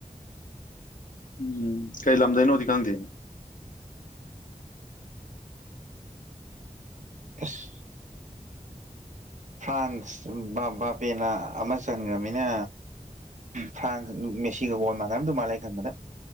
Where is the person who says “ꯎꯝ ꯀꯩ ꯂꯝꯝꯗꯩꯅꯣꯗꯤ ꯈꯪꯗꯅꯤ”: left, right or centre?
Left